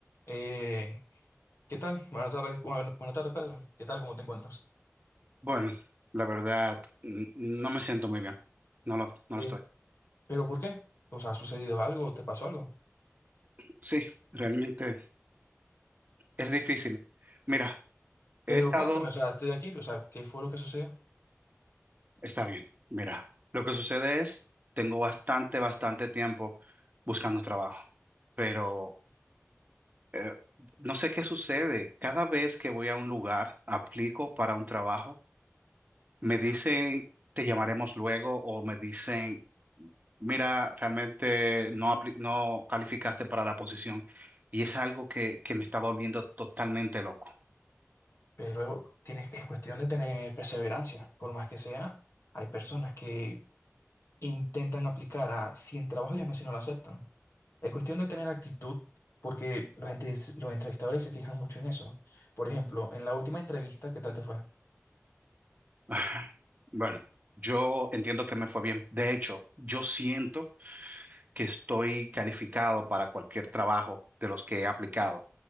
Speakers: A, on the left (about 55°); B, on the right (about 35°).
A: Eh, ¿qué tal? Buenas tardes, bueno, buena- buenas tardes, Pedro. ¿Qué tal? ¿Cómo te encuentras?
B: Bueno, la verdad, n- no me siento muy bien. No lo, no lo
A: Eh,
B: estoy.
A: ¿pero por qué? O sea, ¿ha sucedido algo? ¿Te pasó algo?
B: Sí, realmente es difícil. Mira, he
A: Pero
B: estado,
A: cuéntame, o sea, estoy aquí, o sea, ¿qué fue lo que sucedió?
B: está bien. Mira, lo que sucede es, tengo bastante, bastante tiempo buscando trabajo, pero eh, no sé qué sucede. Cada vez que voy a un lugar, aplico para un trabajo, me dicen, te llamaremos luego o me dicen, mira, realmente no, apli- no calificaste para la posición y es algo que, que me está volviendo totalmente loco.
A: Pero tienes, es cuestión de tener perseverancia. Por más que sea, hay personas que intentan aplicar a 100 trabajos y aún así no lo aceptan. Es cuestión de tener actitud, porque los, entes- los entrevistadores se fijan mucho en eso. Por ejemplo, en la última entrevista, ¿qué tal te fue?
B: Ah, Bueno, yo entiendo que me fue bien. De hecho, yo siento que estoy calificado para cualquier trabajo de los que he aplicado,